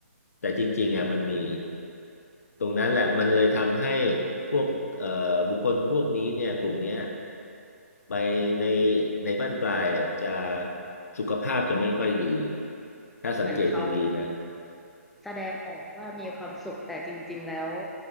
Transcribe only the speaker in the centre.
เหมือนเขาแสดงออกว่ามีความสุขแต่จริงๆแล้ว